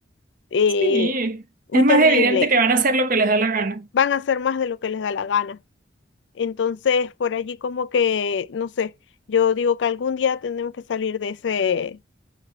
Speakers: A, on the left; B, on the right.
A: eh,
B: Sí,
A: muy
B: es
A: terrible.
B: más evidente que van a hacer lo que les da la gana.
A: Van a hacer más de lo que les da la gana. Entonces, por allí como que, no sé, yo digo que algún día tenemos que salir de ese,